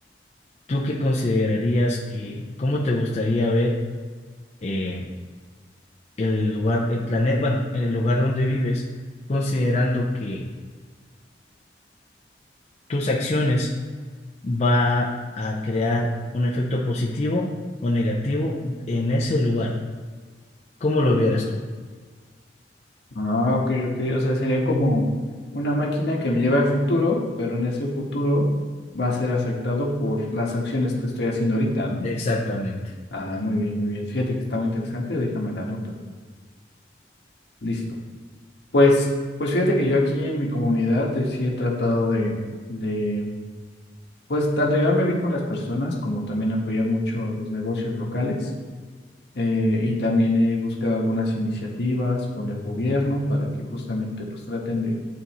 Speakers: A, on the left; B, on the left.
A: ¿Tú qué considerarías que, cómo te gustaría ver eh, el lugar, el planeta, bueno, el lugar donde vives, considerando que tus acciones va a crear un efecto positivo o negativo en ese lugar. ¿Cómo lo vieras tú?
B: Ah, ok, ok. O sea, sería como una máquina que me lleva al futuro, pero en ese futuro va a ser afectado por las acciones que estoy haciendo ahorita, ¿no?
A: Exactamente.
B: Ah, muy bien, muy bien. Fíjate que está muy interesante, déjame la nota. Listo. Pues, pues fíjate que yo aquí en mi comunidad eh, sí he tratado de, de, pues, tanto llevarme bien con las personas como también apoyar mucho a los negocios locales. Eh, y también he buscado algunas iniciativas con el gobierno para que justamente pues traten de